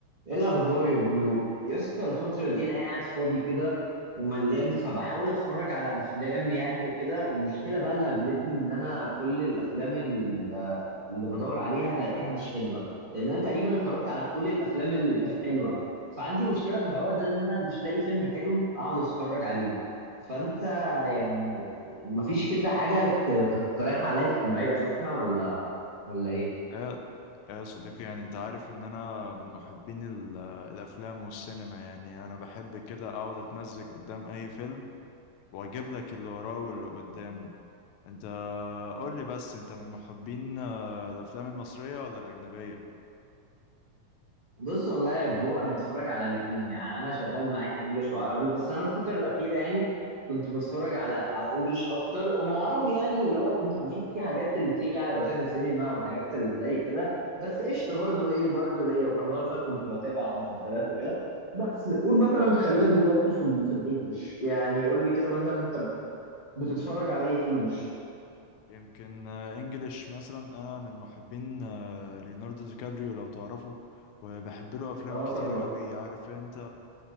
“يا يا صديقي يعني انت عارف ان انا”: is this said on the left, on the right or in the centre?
Left